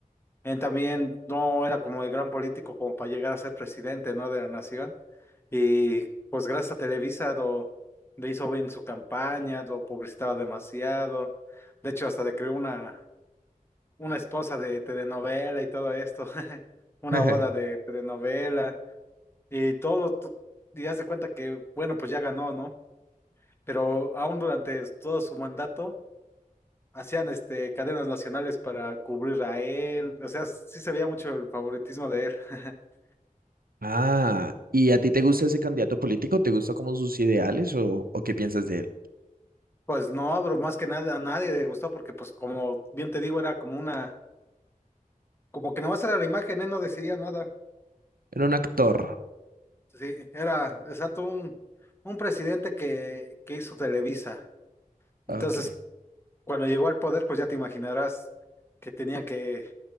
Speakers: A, on the left; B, on the right.
A: él también no era como el gran político como para llegar a ser presidente, ¿no? De la nación. Y pues gracias a Televisa lo, le hizo bien su campaña, lo publicitaba demasiado. De hecho, hasta le creó una, una esposa de telenovela y todo esto, <laughs> una
B: <laughs>
A: boda de telenovela. Y todo, tú, y haz de cuenta que, bueno, pues ya ganó, ¿no? Pero aún durante todo su mandato, hacían este, cadenas nacionales para cubrir a él. O sea, sí se veía mucho el favoritismo de él. <laughs>
B: Ah, ¿y a ti te gusta ese candidato político? ¿Te gusta como sus ideales o, o qué piensas de él?
A: Pues no, bro, más que nada a nadie le gustó porque, pues, como bien te digo, era como una, como que nomás era la imagen, él no decidía nada.
B: Era un actor.
A: Sí, era exacto un, un presidente que, que hizo Televisa.
B: Ok.
A: Entonces, cuando llegó al poder, pues ya te imaginarás que tenía que